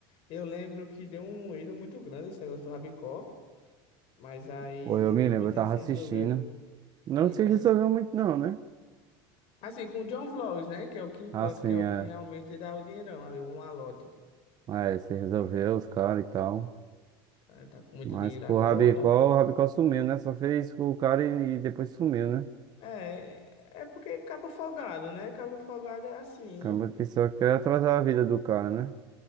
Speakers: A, on the left; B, on the right.
A: eu lembro que deu um moído muito grande esse negócio do Rabicó, mas aí
B: Pô, eu me
A: depois
B: lembro, eu
A: ele
B: tava
A: se
B: assistindo.
A: resolveu.
B: Não
A: Uhum.
B: se resolveu muito, não, né?
A: Assim, com o John Vlogs, né? Que é o que importa,
B: Assim,
A: que é o
B: é.
A: que realmente dá o dinheirão ali, um malote.
B: É, se resolveu
A: Ah,
B: os caras e tal.
A: o cara tá com muito
B: Mas
A: dinheiro
B: com
A: agora.
B: o Rabicó, o Rabicó sumiu, né? Só fez com o cara e, e depois sumiu, né?
A: É, é é porque acaba folgado, né? Acaba folgado é assim.
B: Acaba que só quer atrasar a vida do cara, né?